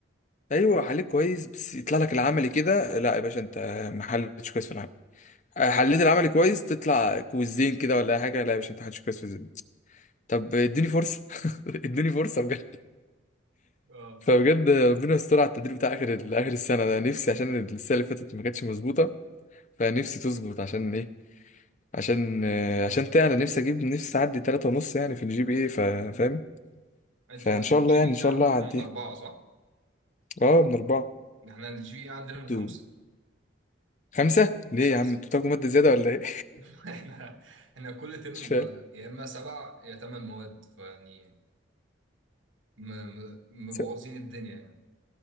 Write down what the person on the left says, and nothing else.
ايوه حليت كويس بس يطلع لك العملي كده لا يا باشا انت ما حلتش كويس في العمل آه، حليت العملي كويس تطلع كويزين كده ولا أي حاجه لا يا باشا انت ما حلتش كويس في الزين طب اديني فرصه <laughs> اديني فرصه بجد
فبجد ربنا يستر على التدريب بتاع اخر اخر السنه ده نفسي عشان السنه اللي فاتت ما كانتش مظبوطه فنفسي تظبط عشان ايه عشان آه، عشان تعلى نفسي اجيب نفسي اعدي 3 ونص يعني في الجي بي اي فاهم
فان
شاء الله يعني
ان شاء
الله اعديها
اه من اربعه
انتوا
خمسه ليه
يا عم انتوا بتاخدوا ماده زياده ولا ايه
<laughs> مش فاهم
س-